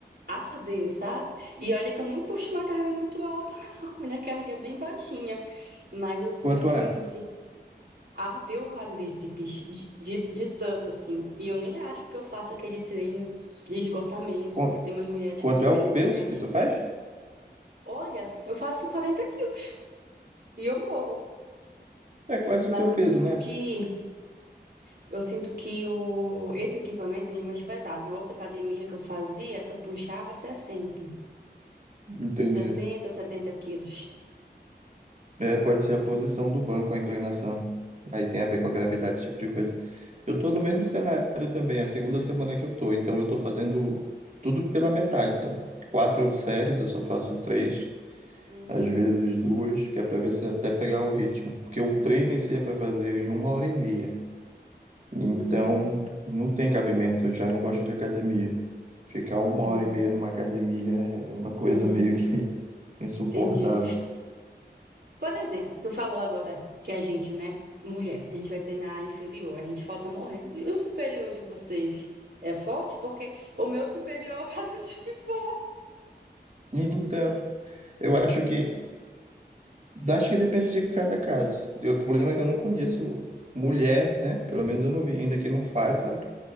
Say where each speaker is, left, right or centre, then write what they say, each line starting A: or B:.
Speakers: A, on the right (about 65°); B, on the right (about 45°).
A: arder, sabe? E olha que eu nem puxo uma carga muito alta, <laughs> não. Minha carga é bem baixinha. Mas eu,
B: Quanto
A: eu sinto
B: é?
A: assim, ardeu o quadríceps de, de, de tanto, assim. E eu nem acho que eu faço aquele treino de esgotamento,
B: Qu-
A: porque tem umas mulheres
B: Quanto
A: que a gente
B: é
A: vê
B: o
A: na
B: peso
A: internet.
B: que tu faz?
A: Olha, eu faço 40 quilos <laughs> e eu morro.
B: É quase
A: Mas
B: o teu
A: eu
B: peso,
A: sinto
B: né?
A: que eu sinto que o, esse equipamento ele é mais pesado. Na outra academia que eu fazia, eu puxava sessenta
B: Entendi.
A: sessenta 70 quilos.
B: É, pode ser a posição do banco, a inclinação. Aí tem a ver com a gravidade, esse tipo de coisa. Eu tô no mesmo cenário também, é a segunda semana que eu tô, então eu tô fazendo tudo pela metade, sabe? Quatro séries, eu só faço três,
A: Uhum,
B: às vezes duas, que é pra ver se é até pegar o ritmo. Porque o treino em si é pra fazer em uma hora e meia.
A: uhum,
B: Então, não tem cabimento, eu já não gosto de academia. Ficar uma
A: uhum,
B: hora e meia numa academia é uma coisa
A: uhum,
B: meio que <laughs> insuportável.
A: entendi. Por exemplo, tu falou agora que a gente, né, mulher, a gente vai treinar inferior, a gente falta morrer. E o superior de vocês é forte? Porque o meu superior eu faço <laughs> de boa.
B: Então, eu acho que acho que depende de cada caso. E O problema é que eu não conheço mulher, né? Pelo menos eu não vi ainda que não faça